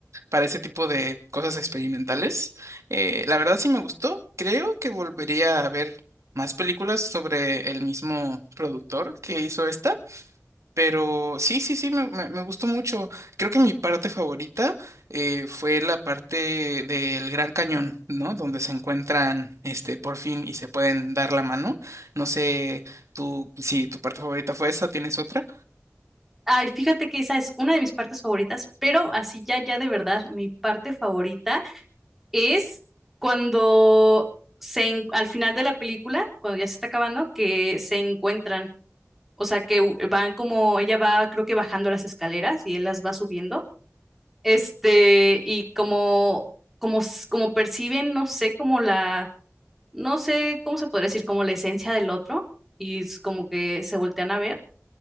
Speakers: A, on the right; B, in the centre.
A: para ese tipo de cosas experimentales. Eh, la verdad sí me gustó. Creo que volvería a ver más películas sobre el mismo productor que hizo esta. Pero sí, sí, sí, me, me- me gustó mucho. Creo que mi parte favorita eh, fue la parte del Gran Cañón, ¿no? Donde se encuentran, este, por fin y se pueden dar la mano. No sé, tú, si tu parte favorita fue esa, ¿tienes otra?
B: Ay, fíjate que esa es una de mis partes favoritas, pero así ya, ya de verdad, mi parte favorita es cuando se, en- al final de la película, cuando ya se está acabando, que se encuentran. O sea, que u- van como, ella va, creo que bajando las escaleras y él las va subiendo Este, y como, como, s- como perciben, no sé, como la, no sé cómo se podría decir, como la esencia del otro, y es como que se voltean a ver,